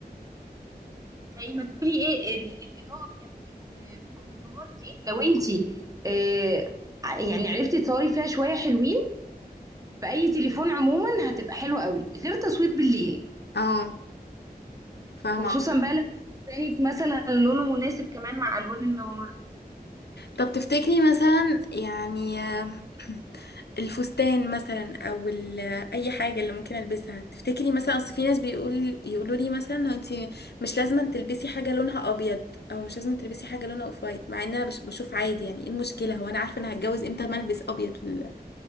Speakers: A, on the right; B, on the left.
A: زي ما تقولي ايه ال- الاضاءه بتفرق آه، بتاعت النهار دي لو انت آه، ع- يعني عرفتي تصوري فيها شويه حلوين باي تليفون عموما هتبقى حلوه قوي غير تصوير بالليل
B: اه فاهمة
A: وخصوصا بقى لو كانت مثلا لونه مناسب كمان مع الوان النهار
B: طب تفتكري مثلا يعني آه، <clears throat> الفستان مثلا او ال- اي حاجه اللي ممكن البسها تفتكري مثلا اصل في ناس بيقول يقولوا لي مثلا انت مش لازم تلبسي حاجه لونها ابيض او مش لازم تلبسي حاجه لونها اوف وايت مع ان انا بش- بشوف عادي يعني ايه المشكله هو انا عارفه انا هتجوز امتى ما البس ابيض في ال-